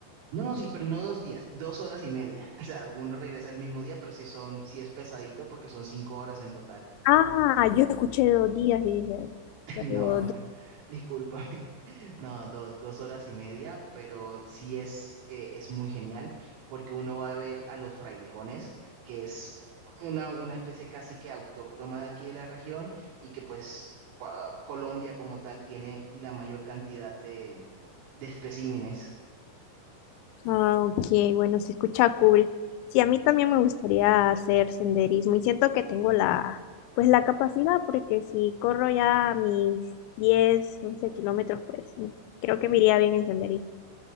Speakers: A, on the right (about 80°); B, on the left (about 85°).
A: No, no, sí, pero no dos días, dos horas y media. <laughs> O sea, uno regresa el mismo día, pero sí son, sí es pesadito porque son cinco horas en total.
B: Ah, yo escuché dos días y dije,
A: <laughs>
B: pucha,
A: No,
B: dos,
A: no,
B: dos.
A: discúlpame. <laughs> No, dos, dos horas y media, pero sí es, eh, es muy genial porque uno va a ver a los frailejones, que es una, una especie casi que autóctona de aquí de la región y que pues pa- Colombia como tal tiene la mayor cantidad de, de especímenes.
B: Ah, ok, bueno, se escucha cool. Sí, a mí también me gustaría hacer senderismo y siento que tengo la, pues la capacidad porque si corro ya mis 10, 11 kilómetros, pues sí, creo que me iría bien en senderismo.